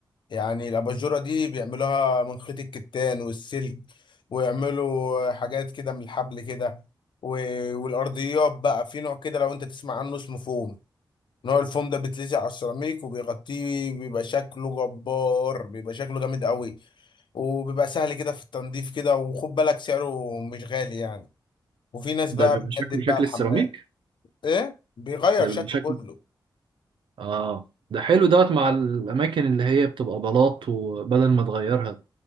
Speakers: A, on the left (about 70°); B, on the right (about 80°).
A: يعني الأباجورة دي بيعملوها من خيط الكتان والسلك ويعملوا حاجات كده من الحبل كده و- والأرضيات بقى في نوع كده لو أنت تسمع عنه اسمه فوم نوع الفوم ده بيتلزق على السيراميك وبيغطيه بيبقى شكله جبار بيبقى شكله جامد قوي وبيبقى سهل كده في التنظيف كده وخد بالك سعره مش غالي يعني وفي ناس
B: ده
A: بقى
B: بيبقى
A: بتجدد
B: شكل شكل
A: بقى الحمام
B: السيراميك
A: ايه بيغير
B: ده
A: شكله
B: بيبقى شكل
A: كله
B: اه ده حلو دوت مع الاماكن اللي هي بتبقى بلاط وبدل ما تغيرها